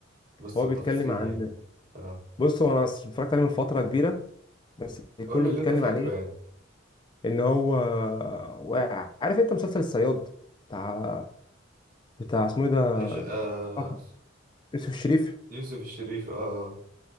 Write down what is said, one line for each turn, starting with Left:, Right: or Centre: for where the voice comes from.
Right: بس
Left: هو
Right: بتفاصيل
Left: بيتكلم عن
Right: يعني اه
Left: بص هو أنا اتفرجت عليه من فترة كبيرة بس
Right: قول
Left: كله
Right: لي اللي
Left: بيتكلم
Right: انت فاكره
Left: عن إيه
Right: يعني
Left: إن هو واقع عارف أنت مسلسل الصياد بتاع بتاع اسمه إيه ده
Right: ايش آه
Left: آه، يوسف الشريف
Right: يوسف الشريف اه آه،